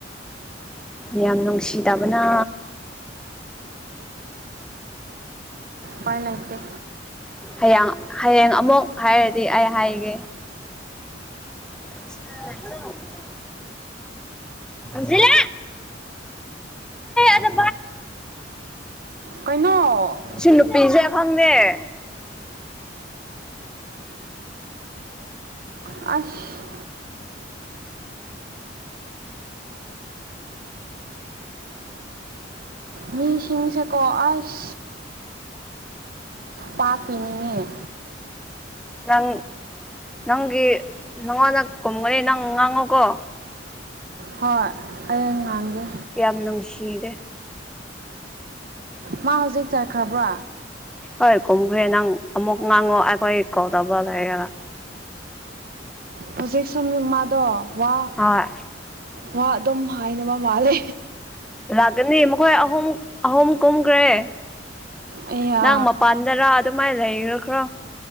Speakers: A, in the centre; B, on the right.
A: ꯌꯥꯝ ꯅꯨꯡꯁꯤꯗꯕꯅ
B: ꯄꯥꯏ ꯂꯩꯇꯦ
A: ꯍꯌꯥꯡ ꯍꯌꯦꯡ ꯑꯃꯨꯛ ꯍꯥꯏꯔꯗꯤ ꯑꯩ ꯍꯥꯏꯒꯦ <inaudible> ꯁꯤꯂ ꯑꯗꯨ
B: ꯀꯩꯅꯣ
A: ꯁꯤ ꯅꯨꯄꯤꯁꯨꯦ ꯈꯪꯅꯦꯦ
B: ꯑꯁ ꯃꯤꯁꯤꯡꯁꯦꯀꯣ ꯑꯁ ꯄꯥꯛꯄꯤꯤꯅꯤꯡꯉꯤ
A: ꯅꯪ ꯅꯪꯒꯤ ꯅꯪꯉꯣꯟꯗ ꯀꯨꯝꯒꯅꯤ ꯅꯪ ꯉꯥꯡꯉꯨꯀꯣ
B: ꯍꯣꯏ ꯑꯩ ꯉꯥꯡꯒꯦ
A: ꯌꯥꯝ ꯅꯨꯡꯁꯤꯔꯦ
B: ꯃꯥ ꯍꯧꯖꯤꯛ ꯆꯠꯈ꯭ꯔꯕ꯭ꯔꯣ
A: ꯍꯣꯏ ꯀꯨꯝꯈ꯭ꯔꯦ ꯅꯪ ꯑꯃꯨꯛ ꯉꯥꯡꯉꯣ ꯑꯩꯈꯣꯏ ꯀꯧꯗꯕ ꯂꯩꯔꯒ
B: ꯍꯧꯖꯤꯛ ꯁꯨꯝꯃꯥꯗꯣ ꯋꯥ
A: ꯍꯣꯏ
B: ꯃꯥ ꯑꯗꯨꯝ ꯍꯥꯏꯅꯕ ꯃꯥꯜꯂꯦ
A: ꯂꯥꯛꯀꯅꯤ ꯃꯈꯣꯏ ꯑꯍꯨꯝ ꯑꯍꯨꯝ ꯀꯨꯝꯈ꯭ꯔꯦ
B: ꯑꯩꯌꯥ
A: ꯅꯪ ꯃꯄꯥꯟꯗꯔ ꯑꯗꯨꯃꯥꯏꯅ ꯂꯩꯈꯈ꯭ꯔꯣ